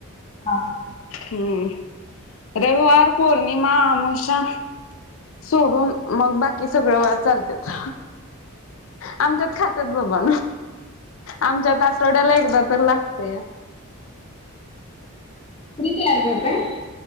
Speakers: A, on the left (about 25°); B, on the left (about 60°).
A: हा. हा.
B: हम्म. रविवार पौर्णिमा आमोश्या. सोडून मग बाकी सगळ वार चालत्यात, आमच्यात खात <unintelligible> बाबा आमच्यात आठवड्याला एकदा तर लागतंय.
A: <unintelligible> करु काय.